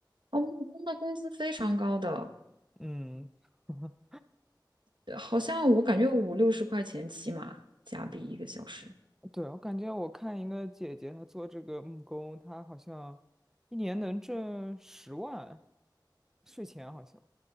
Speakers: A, on the right (about 75°); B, in the centre.
A: 哦，木工的工资非常高的，
B: 嗯。<laughs>
A: 呃好像我感觉五六十块钱起码加币一个小时。
B: 对，我感觉我看一个姐姐，她做这个木工，她好像一年能挣十万，税前好像。